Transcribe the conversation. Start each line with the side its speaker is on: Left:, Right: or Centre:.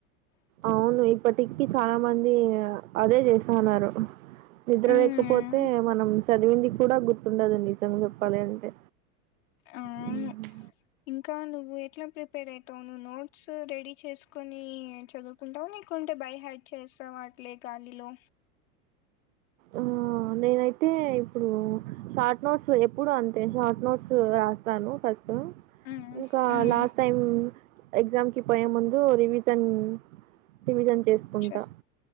Right: అవును ఎయిట్ థర్టీ కీ ఫామ్ ఇంక అదే చేస్తాన్నారు నిద్ర
Left: ఉమ్
Right: లేకపోతే మనం చదివింది కూడా గుర్తుండదండి నిజం చెప్పాలి అంటే
Left: అవును
Right: హ్మ్.
Left: ఇంకా నువ్వు ఎట్లా ప్రిప్ పేర్ ఐతావ్ నువ్వు నోట్స్ రెడీ చేసుకొని చదువుకుంటావు లేకుంటే బై హాడ్ చేస్తావా అట్లే గాలిలో
Right: ఊ ఆ నేనైతే ఇప్పుడు షార్ట్ నోట్స్ ఎప్పుడు అంతే షార్ట్ నోట్స్ రాస్తాను ఫస్ స్
Left: ఉమ్
Right: ఇంకా
Left: ఉమ్
Right: లాస్ట్ టైం ఎక్జామ్ కి పోయే ముందు రివిజన్ రివిజన్ చేసుకుంటా.
Left: చేస్